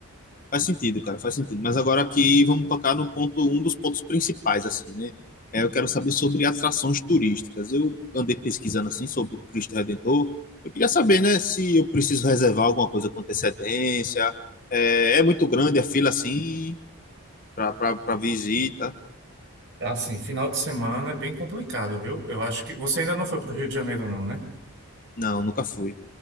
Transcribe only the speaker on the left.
Faz sentido, cara, faz sentido. Mas agora aqui vamos tocar no ponto, um dos pontos principais, assim, né? É, eu quero saber sobre atrações turísticas. Eu andei pesquisando, assim, sobre o Cristo Redentor. Eu queria saber, né, se eu preciso reservar alguma coisa com antecedência. É, é muito grande a fila, assim, pra, pra, pra visita.
Não, nunca fui.